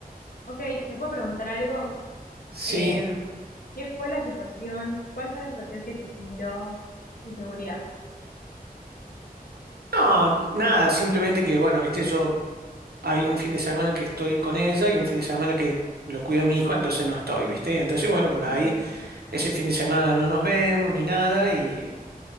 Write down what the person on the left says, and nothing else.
ok, te puedo preguntar algo.
Eh, ¿qué fue la situación? ¿Cuál fue la situación que te generó inseguridad?
Ujú.